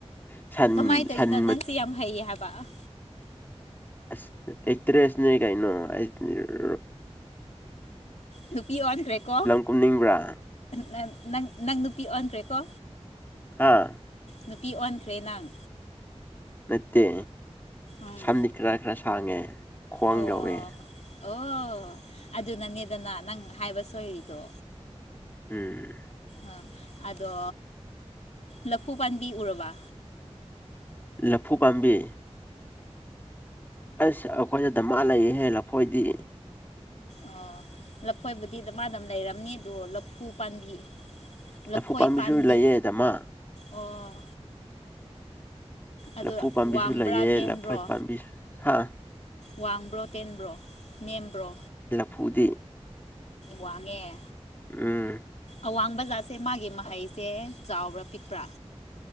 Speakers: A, on the left; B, on the left.
A: ꯁꯟ
B: ꯀꯃꯥꯏ ꯇꯧꯏꯅꯣ
A: ꯁꯟ
B: ꯅꯪꯁꯦ
A: ꯃ
B: ꯌꯥꯝ ꯍꯩꯌꯦ ꯍꯥꯏꯕ ꯥꯄꯥ
A: ꯑꯁ ꯑꯦꯛꯇꯔꯦꯁꯅꯦ ꯀꯩꯅꫭ ꯑꯩ ꯔꯔ
B: ꯅꯨꯄꯤ ꯑꫭꯟꯈ꯭ꯔꯦꯀꯣ
A: ꯀꯨꯝꯅꯤꯡꯕ꯭ꯔꯥ
B: ꯅꯪ ꯅꯪ ꯅꯪ ꯅꯨꯄꯤ ꯑꯣꯟꯈ꯭ꯔꯦꯀꯣ꯫
A: ꯍꯥꯥ
B: ꯅꯨꯄꯤ ꯑꯣꯟꯈ꯭ꯔꯦ ꯅꯪ꯫
A: ꯅꯠꯇꯦ
B: ꯎꯝ
A: ꯁꯝꯗꯤ ꯈꯔꯥ ꯈꯔꯥ ꯁꯥꯡꯉꯦ ꯈ꯭ꯋꯥꯡ
B: ꯑꯣ
A: ꯌꯥꯎꯋꯦ꯫
B: ꯑꯣ ꯑꯗꯨꯅꯅꯦꯗꯅ ꯅꯪ ꯍꯥꯏꯕ ꯁꯣꯏꯔꯤꯗꯣ꯫
A: ꯎꯝ
B: ꯑꯥ ꯑꯗꯣ ꯂꯐꯨ ꯄꯥꯟꯕꯤ ꯎꯔꯕꯥ꯫
A: ꯂꯐꯨ ꯄꯥꯝꯕꯤ꯫ ꯑꯁ ꯩꯈꯣꯏꯗ ꯗꯃꯥ ꯂꯩꯌꯦꯍꯦ ꯂꯐꯣꯏꯗꯤ꯫
B: ꯑꯣ ꯂꯐꯣꯏꯕꯨꯗꯤ ꯗꯃꯥꯗꯝ ꯂꯩꯔꯝꯅꯤ ꯑꯗꯣ ꯂꯐꯨ ꯄꯥꯝꯕꯤ꯫ ꯂꯐꯣꯏ
A: ꯂꯐꯨ ꯄꯥꯝꯕꯤꯁꯨ
B: ꯄꯥꯟꯕꯤ
A: ꯂꯩꯌꯦ ꯗꯃꯥ
B: ꯑꯣ ꯑꯗꯨ
A: ꯂꯐꯨ ꯄꯥꯝꯕꯤꯁꯨ
B: ꯋꯥꯡꯕ꯭ꯔꯥ
A: ꯂꯩꯌꯦ
B: ꯇꯦꯟꯕ꯭ꯔꯣ
A: ꯂꯐꯣꯏ ꯄꯥꯝꯕꯤ ꯍꯥ
B: ꯋꯥꯡꯕ꯭ꯔꯣ ꯇꯦꯟꯕ꯭ꯔꯣ ꯅꯦꯝꯕ꯭ꯔꯣ꯫
A: ꯐꯨꯗꯤ
B: ꯋꯥꯡꯉꯦ꯫
A: ꯎꯝ
B: ꯑꯋꯥꯡ ꯕꯖꯥꯠꯁꯦ ꯃꯥꯒꯤ ꯃꯍꯩꯁꯦ ꯆꯥꯎꯕ꯭ꯔꯥ ꯄꯤꯛꯄ꯭ꯔꯥ꯫